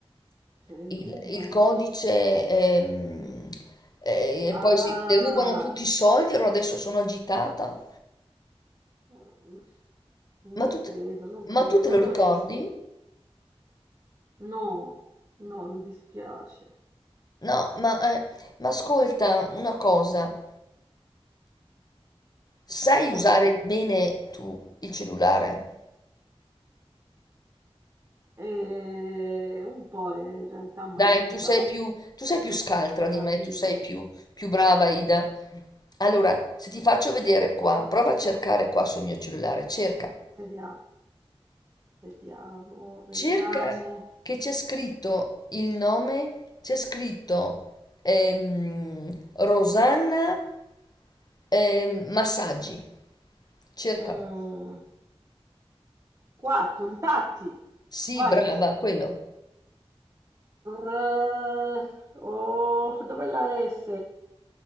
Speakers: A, on the right; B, on the left.
A: se le
B: il,
A: rubano.
B: il codice ehm, eh, e poi
A: Ah,
B: si- le rubano tutti i soldi, allora adesso sono agitata.
A: mhmm,
B: Ma
A: non
B: tu,
A: credo,
B: te-
A: non
B: ma
A: credo,
B: tu te
A: non
B: lo
A: dovresti.
B: ricordi?
A: No, no, mi dispiace.
B: No, ma, eh, ma ascolta una cosa, sai
A: Come?
B: usare bene tu il cellulare?
A: Ehm, un po', eh, in realtà
B: Dai,
A: m'aiuta
B: tu sei più, tu sei più scaltra di
A: mia
B: me,
A: figlia.
B: tu sei più, più brava, Ida. Allora, se ti faccio vedere qua, prova a cercare qua sul mio cellulare, cerca
A: Vediamo, vediamo, vediamo.
B: Cerca che c'è scritto il nome, c'è scritto ehm, Rosanna ehm, Massaggi. Cercalo.
A: Mm, qua, contatti.
B: Sì,
A: Vai.
B: brava, quello.
A: R- oh, dov'è la S?